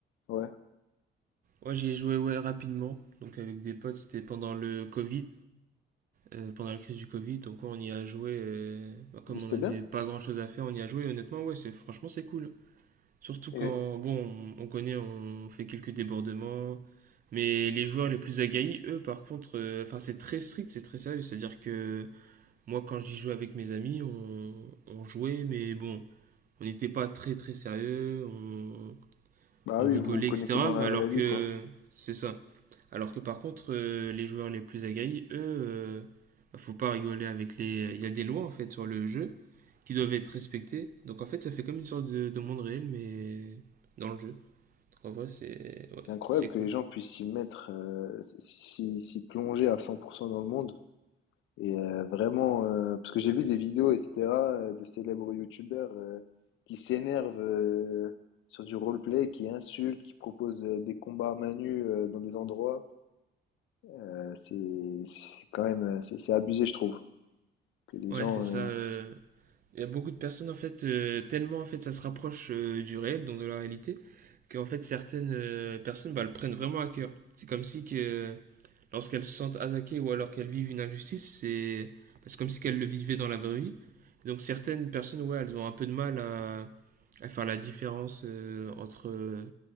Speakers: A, on the left (about 80°); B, on the right (about 45°).
A: Ouais.
B: ouais, j'y ai joué ouais, rapidement. Donc avec des potes, c'était pendant le Covid, euh, pendant la crise du Covid. Donc ouais, on y a joué, euh, bah, comme
A: Et c'était
B: on n'avait
A: bien?
B: pas grand-chose à faire, on y a joué. Et honnêtement, ouais, c'est franchement c'est cool. Surtout
A: Et
B: quand, bon, on, on connaît, on fait quelques débordements. Mais les joueurs les plus aguerris, eux, par contre, euh, enfin c'est très strict, c'est très sérieux. C'est-à-dire que Moi, quand j'y jouais avec mes amis, on, on jouait, mais bon, on n'était pas très très sérieux, on,
A: bah
B: on
A: oui,
B: rigolait,
A: vous vous connaissez
B: etc.
A: dans la
B: Mais alors
A: vraie vie,
B: que
A: quoi.
B: c'est ça. Alors que par contre, euh, les joueurs les plus aguerris, eux, euh, bah, faut pas rigoler avec les. Il y a des lois en fait sur le jeu qui doivent être respectées. Donc en fait, ça fait comme une sorte de, de monde réel, mais dans le jeu. Donc en vrai, c'est ouais,
A: C'est incroyable
B: c'est
A: que
B: cool.
A: les gens puissent s'y mettre, euh, s'y s'y plonger à 100% dans le monde. Et euh, vraiment, euh, parce que j'ai vu des vidéos, etc., euh, de célèbres youtubeurs euh, qui s'énervent euh, sur du roleplay, qui insultent, qui proposent euh, des combats à main nue euh, dans des endroits. Euh, c'est c'est quand même, euh, c'est c'est abusé, je trouve. Que les
B: Ouais,
A: gens,
B: c'est
A: euh,
B: ça. euh, Il y a beaucoup de personnes, en fait, euh, tellement en fait, ça se rapproche euh, du réel, donc de la réalité, qu'en fait, certaines euh, personnes bah, le prennent vraiment à cœur. C'est comme si que lorsqu'elles se sentent attaquées ou alors qu'elles vivent une injustice, c'est bah, c'est comme si qu'elles le vivaient dans la vraie vie. Donc certaines personnes, ouais, elles ont un peu de mal à, à faire la différence euh, entre, euh,